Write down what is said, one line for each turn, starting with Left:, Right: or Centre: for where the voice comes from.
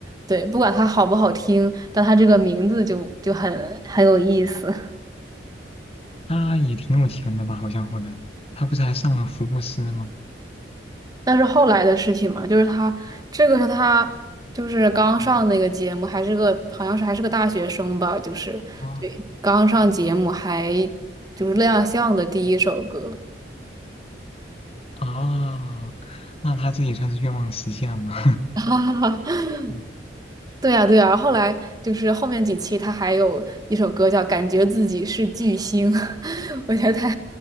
Right: 对，不管它好不好听，但它这个名字就就很很有意思。
Left: 他也挺有钱的吧，好像混的，他不是还上了福布斯吗？
Right: 那是后来的事情嘛，就是他这个是他就是刚上那个节目，
Left: 嗯
Right: 还是个好像是还是个大学生吧，就是对刚上节目还
Left: 哦
Right: 就是亮相的第一首歌。
Left: 啊，那他这也算是愿望实现了，
Right: <laughs>
Left: <laughs>
Right: 对呀，对呀，后来就是后面几期他还有一首歌叫《感觉自己是巨星》，<laughs> 我觉得他